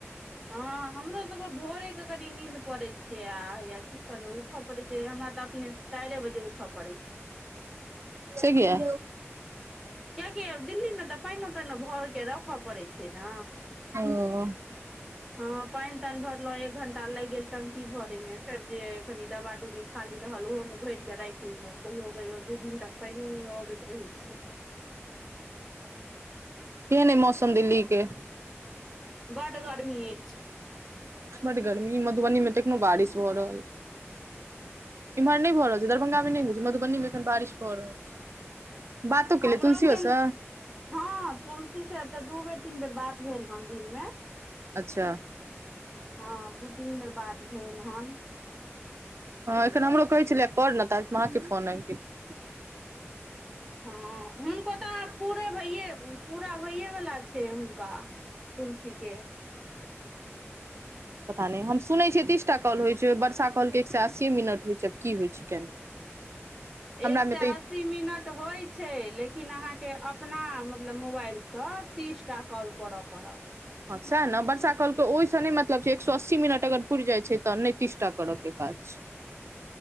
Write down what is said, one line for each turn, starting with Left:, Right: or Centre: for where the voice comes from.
Centre: हँ हमरो सबके ढोरे से कनी नींद पड़ै छियै आ हैये की करबै उठऽ पड़ै छै हमरा तऽ अपने चाइरे बजे उठऽ पड़ै छै।
Right: से किया
Centre: कियकि दिल्लीमे तऽ पानिओ तैनो भर क रखय पड़ैत छै न
Right: ओ
Centre: हँ पानि तानि भरलहु एक घंटा लागि गेल टंकी भर मे फेर जे कनि दवा डुबी खाली रहल ओहो मे भर के राखि लेलहुँ कहियो कहियो दू दिन तक पानो नहि अबैत रहै छै
Right: कने मौसम दि ल्ली के
Centre: बड गरमी ऐछ
Right: बड्ड गरमी मधुबनी मे त एखनो बारिश भऽ रहल छै इम्हर नहि भऽ रहल छै दरभंगा मे नहि हो छै मधुबनी मे एखन बारिश भ रहल छै बातो
Centre: हमरो
Right: केलियै तुलसियो
Centre: एकन
Right: सँ
Centre: हँ तुलसी त दू बेर तीन बेर बात भेल हन दिनमे
Right: अच्छा
Centre: हँ दू तीन बेर बात भेल हन
Right: हँ एखन हमरो कहै छलै कर न ताबेतऽ माके फोन आबि गेलै
Centre: हँ हुनको तऽ पूरे भइयए पूरा होइए वाला छै हुनका तुलसी के
Right: पता नहि हम सुनैत छियै तीसटा कॉल होइत छै वर्षा कहलकै एकसँ अस्सीए मिनट होइत छै आब की होइ छै केना
Centre: एक
Right: हमरा
Centre: से
Right: मे
Centre: आ
Right: तऽ
Centre: अस्सी मिनट होइ छै लेकिन अहाँके अपना मतलब मोबाइलसँ तिसटा कॉल करऽ पड़त
Right: सएह ने वर्षा कलके ओहिसँ नहि मतलब छै एक सए अस्सी मिनट अगर पुरि जाइ छै तऽ नै तीसटा करयके काज